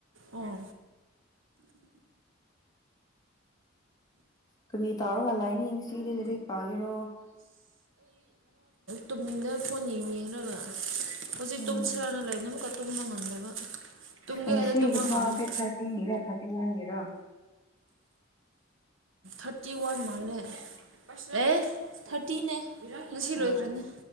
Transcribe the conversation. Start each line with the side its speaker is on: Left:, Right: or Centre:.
Right: ꯑꯣ
Left: ꯀꯔꯤ ꯇꯥꯎꯔꯒ ꯂꯩꯅꯤ ꯉꯁꯤꯗꯤ ꯂꯥꯏꯔꯤꯛ ꯄꯥꯒꯦꯔꯣ
Right: ꯇꯨꯝꯅꯤꯡꯗ ꯐꯣꯟ ꯌꯦꯡ ꯌꯦꯡꯉꯒꯥ ꯍꯧꯖꯤꯛ
Left: ꯎꯝ
Right: ꯇꯨꯝꯁ꯭ꯔꯅ ꯂꯩꯕꯅ ꯑꯃꯨꯛꯀ ꯇꯨꯝꯕ ꯉꯝꯗꯕ ꯇꯨꯝꯒꯦ
Left: ꯉꯁꯤꯒꯤ
Right: ꯍꯥꯏꯗꯤ ꯇꯨꯝꯕ ꯉꯝꯃꯣꯏ
Left: ꯊꯥꯁꯦ ꯊꯥꯔꯇꯤꯟꯒꯤꯔ ꯊꯥꯔꯇꯤ ꯋꯥꯟꯒꯤꯔ
Right: ꯊꯥꯔꯇꯤ ꯋꯥꯟ ꯃꯥꯅꯦ ꯑꯦ ꯊꯥꯔꯇꯤꯅꯦ ꯉꯁꯤ ꯂꯣꯏꯈ꯭ꯔꯅꯦ
Left: ꯑꯣ